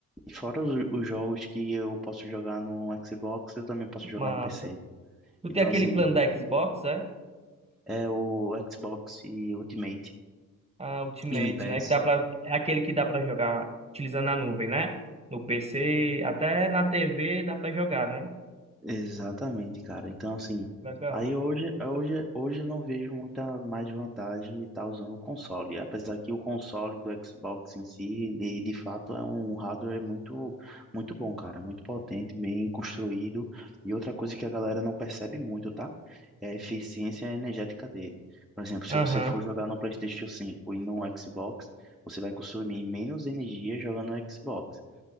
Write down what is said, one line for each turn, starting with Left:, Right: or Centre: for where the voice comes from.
Centre: e fora os, os jogos que eu posso jogar no Xbox, eu também posso jogar
Right: massa.
Centre: no PC.
Right: Tu
Centre: Então,
Right: tem aquele
Centre: assim,
Right: plano da Xbox, é?
Centre: É o Xbox e Ultimate
Right: Ah, Ultimate,
Centre: Game Pass.
Right: né? Que dá pra, é aquele que dá pra jogar utilizando a nuvem, né? No PC, até na TV dá pra jogar, né?
Centre: Exatamente, cara. Então, assim,
Right: Legal.
Centre: aí hoje, hoje, hoje eu não vejo muita mais vantagem de estar usando o console. Apesar que o console do Xbox em si, ele de fato é um hardware muito, muito bom, cara. Muito potente, bem construído. E outra coisa que a galera não percebe muito, tá? É a eficiência energética dele. Por exemplo,
Right: Aham,
Centre: se você for jogar no PlayStation cinco e no Xbox, você vai consumir menos energia jogando no Xbox.